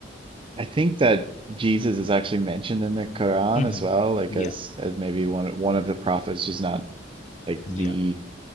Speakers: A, on the right (about 30°); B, on the left (about 40°).
A: I think that Jesus is actually mentioned in the Quran
B: hmm
A: as well, like
B: Yeah,
A: as as maybe one one of the prophets, just not like
B: yeah,
A: the